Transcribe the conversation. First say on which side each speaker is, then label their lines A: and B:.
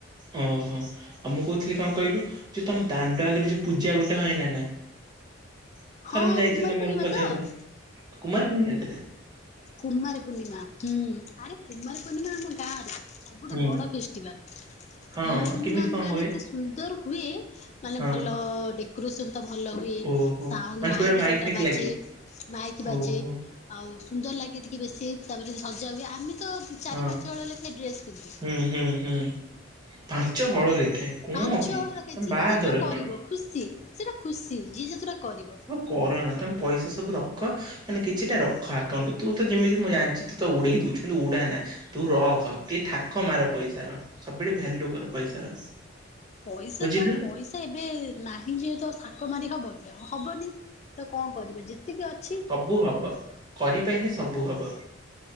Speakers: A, on the right; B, on the left.
A: ଓହୋଃ! ଆଉ ମୁଁ କହୁଥିଲି କଣ କହିଲୁ, ଯୋଉ ତମ ଦାଣ୍ଡ ଆଗରେ ଯୋଉ ପୂଜା ଗୋଟେ ହଇନା ନା, ଥରେ
B: ହଁ
A: ମୁଁ ଯାଇଥିଲି
B: କୁମାର ପୂର୍ଣ୍ଣିମା
A: ମୋର ଗୋଟେ ଉପାଧ୍ୟାୟ
B: ତ?
A: ଥିଲା। କୁମାର ପୂର୍ଣ୍ଣିମା ସେଟା।
B: କୁମାର ପୂର୍ଣିମା ହୁଁ ଆରେ କୁମାର ପୂର୍ଣିମା ଆମ ଗାଁରେ। ସବୁଠୁ
A: ହୁଁ
B: ବଡ ଫେଷ୍ଟିଭାଲ।
A: ହଁ
B: କୁମାର ପୂର୍ଣ୍ଣିମା
A: କେମିତି
B: ଆମ
A: କଣ
B: ଗାଁରେ
A: ହୁଏ?
B: ଏତେ ସୁନ୍ଦର ହୁଏ, ମାନେ
A: ହଁ
B: ଭଲ ଡେ କୋରେସନ୍ ତ ଭଲ ହୁଏ।
A: ଓହୋ
B: ସାଉଣ୍ଡ
A: ମାନେ
B: ମାଇକ୍
A: ପୁରା
B: ଯୋଉଟା
A: ଫାଇକ୍
B: ବାଜେ
A: ଲାଗେ
B: ମାଇକ୍ ବାଜେ,
A: ଓହୋ ହୁଁ
B: ଆଉ ସୁନ୍ଦର ଲାଗେ ଟିକେ ବେଶୀ ତାପରେ ସଜା ହୁଏ, ଆମେ ତ ଚାରି
A: ହଁ।
B: ପାଞ୍ଚ ହଳ ଲେଖାଏ ଡ୍ରେସ୍ ପିନ୍ଧୁ।
A: ହୁଁ ହୁଁ ହୁଁ ପାଞ୍ଚ ହଳ ଲେଖାଏ କଣ
B: ପାଞ୍ଚ
A: କି
B: ହଳ
A: ତମ
B: ଲେଖାଏଁ ଯିଏ
A: ବାହାଘର
B: ଯେତେଟା କରିବ
A: କଣ?
B: ଖୁସି ସେଟା ଖୁସି ଯିଏ ଯେତେଟା କରିବ।
A: କର ନା ତମେ ପଇସା ସବୁ ରଖ ମାନେ କିଛିଟା ରଖ ଆକାଉଣ୍ଟରେ, ତୁ ତ ଯେମିତି ମୁଁ ଜାଣି ଛି, ତୁ ତ ଉଡେଇ ଦଉଛୁ କିନ୍ତୁ ଉଡ଼ାନା। ତୁ ରଖ ଟିକେ ଥାକ ମାର ପଇସାର, ସବୁ ବେଳେ ଭାଲ୍ୟୁ କର ପଇସାର।
B: ପଇସା
A: ବୁଝିଲୁ
B: ତ ପଇସା ଏବେ ନାହିଁ ଯେହେତୁ ଆଉ ଥାକ ମାରି ହବ କି ଆଉ ହବନି। ତ କଣ କରିବ, ଯେତିକି ଅଛି
A: ବୁ ହବ କରିପାଇଲେ ସବୁ ହବ।